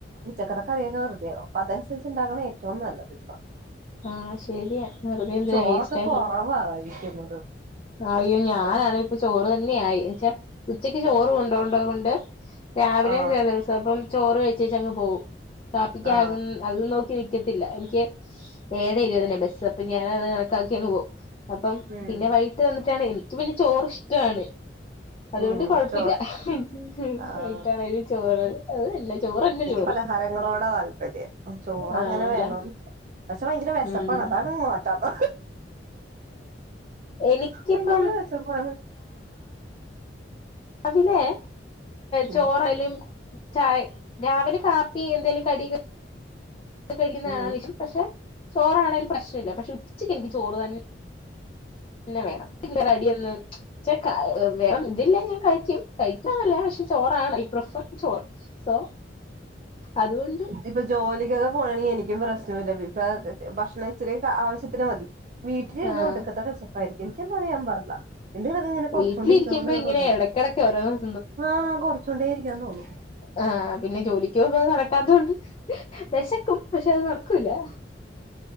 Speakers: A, on the right; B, on the left.
A: ഉച്ചക്ക കറൊക്കെറുതെും അതനുസരിച്ചണ്ടാക്കണം ഏറ്റവും നല്ലത്പ്പൊ
B: ആഹ ശെരിയാ വെറുതെന്തിനാ
A: ചോറൊക്കെ
B: വേസ്റ്റ് ആക്കല
A: കൊറവാ കഴിക്കുന്നത്
B: അയ്യോ ഞാനാാണ്
A: പക്ഷെ
B: ഇപ്പൊ ചോറ് തന്നെയ ആായി എന്നച്ച ഉച്ചക്ക് ചോറ് കൊണ്ടോണ്ട കൊണ്ട് രാവിലെയ
A: ആ
B: ച ദിവസം അപ്പം ചോറ് കഴിച്ചേച്ച അങ്ങ് പോകവും പ്പിക്ക
A: ആ
B: അത് നോക്കി നിക്കത്തില്ല എനിക്ക് ഏഴ ഇരുപതിനന്നെ ബസ്സ് അപ്പൊ ഞാൻത് ാക്കിയ പോകും അപ്പം
A: ഉം
B: പിന്നെ വൈകിട്ട് വന്നിട്ടാണ് എനിക്ക് പിന്നെ ചോറ് ഇഷ്ടമാണ് അതുകൊണ്ട്
A: ഉം
B: കൊഴപ്പില്ല
A: ചോറ്
B: എ
A: ആഹ്
B: വട്ടണത് ചോറ് അത് എന്ന ചോറ് എന്ന ചോറ്
A: പലഹാരങ്ങളോട് താല്പര്യം ചോറങ്ങനെ
B: ആണല്ലേ
A: വേണം പക്ഷെ ഭയങ്കര വിശപ്പാണ്
B: ഉം
A: അതാണ് മാോറ്റാത്ത
B: എനിക്കിപ്പം
A: ഭയങ്കര വിശപ്പാണ്
B: അവിലെ
A: ഉം
B: ചോറലും ചായ രാവിലെ കാപ്പി എന്തെേലും കട കഴിക്കുന്നഷം
A: ഉം
B: പക്ഷെ ചോറാണേങ്കലും പ്രശ്നമില്ല പക്ഷെ ഉച്ചക്ക് എനിക്ക് ചോറ് തന്നെ പിന്നെ വേണം അടന്ന്െ വേറെം ഇതില്ല ഞാൻ കഴിക്കും കഴിക്കുന്നന്നല്ല പക്ഷെ ചോറാണ് ഐ പ്രിഫർ ചോറ് സോ അതുകൊണ്ട്
A: ഇപ്പൊ ജോലിക്കൊക്കെ പോണണെങ്കിൽ എനിക്കും പ്രശ്നം ഭിലഭി ഭക്ഷണ ഇച്ചിരി ആവ്യത്തിന് മതി വീട്ടിലിരുന്ന്
B: ആഹ്
A: കൊടുക്കത്തെ വെച്ചപ്പായിരിക്കും എിക്കെന്ത വ അബാാ എന്തെങ്കിലൊക്കെ ഇങ്ങനെ കൊറച്ചോൊണ്ടേ
B: വീട്ടിലിരിക്കുമ്പോ
A: ഇരിക്കണന്ന്ങ്ങെ
B: ഇങ്ങനെ
A: തോന്നുന്നുണ്ട്
B: ഇടക്കിടക്ക് ഓരോന്ന്
A: ആഹ് കൊറച്ചോണ്ടേ ഇരിക്കാന്ന് തോന്നു
B: ആഹ പിന്നെ ജോലിക്ക് പോകുമ്പോ അത് നടക്കാത്തോണ്ട് വിശക്കും പക്ഷെ അത് നടക്കൂല